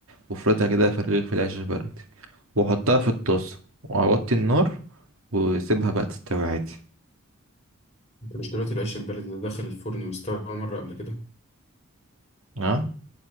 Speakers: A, on the right (about 65°); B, on the left (about 30°).
A: وافردها كده في رغيف العيش البلدي واحطها في الطاسة واوطي النار واسيبها بقى تستوي عادي
B: انت مش دلوقتي العيش البلدي ده دخل الفرن واستوى مرة قبل كده
A: اه